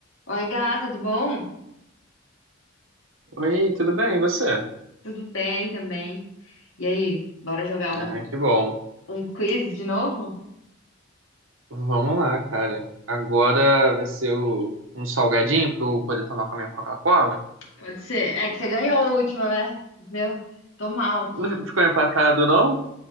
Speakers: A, on the left; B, on the right.
A: Oi, gato, tudo bom?
B: Oi, tudo bem? E você?
A: Tudo bem também. E aí, bora jogar um,
B: Ah, que bom.
A: um quiz de novo?
B: Vamos lá, cara. Agora vai ser o, um salgadinho pra eu poder tomar com a minha Coca-Cola?
A: Pode ser. É que você ganhou o último, né? Meu, tô mal aqui.
B: Não Ficou empatado, não?